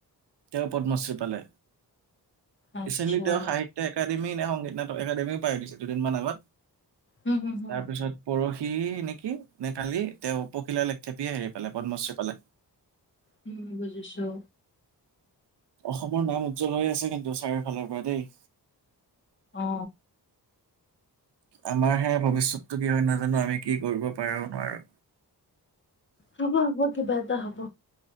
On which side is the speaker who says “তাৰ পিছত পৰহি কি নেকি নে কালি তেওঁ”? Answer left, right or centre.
Right